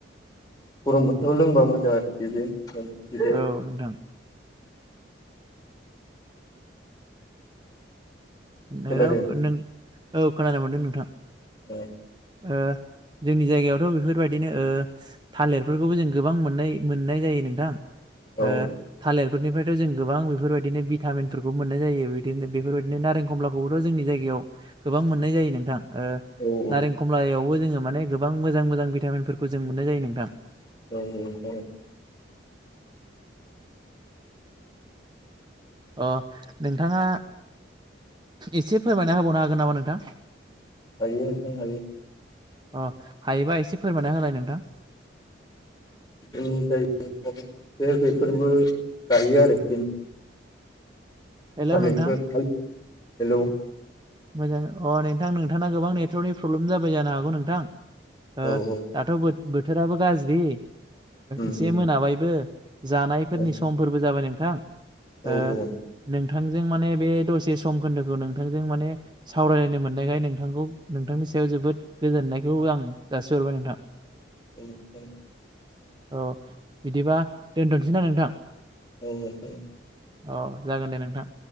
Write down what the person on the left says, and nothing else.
गरम बोथोराव लोंबा मोजां आरोखि बे बिदैया
खोनादों
नोंथां
ए
औ
औ
ओं नोंथां ओं
हायो नोंथां हायो
जोंनि जायगायाव बेफोरबो गायो आरो
<unintelligible>
हेल'
औ औ
उम
उम
औ
औ औ
औ औ
औ औ